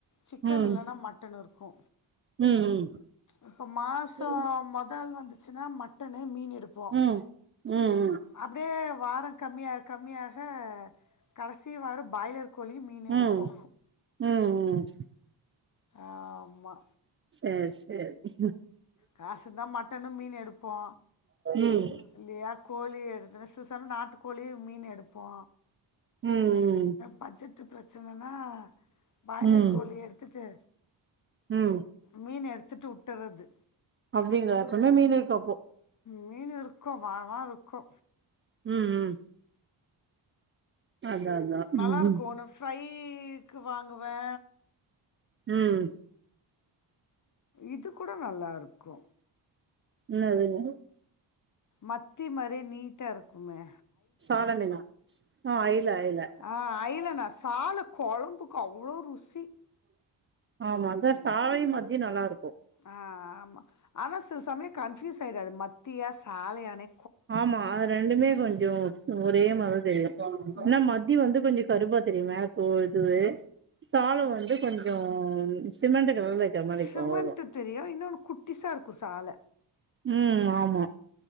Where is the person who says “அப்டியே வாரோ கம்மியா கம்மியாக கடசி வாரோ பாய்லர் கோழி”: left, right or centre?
Left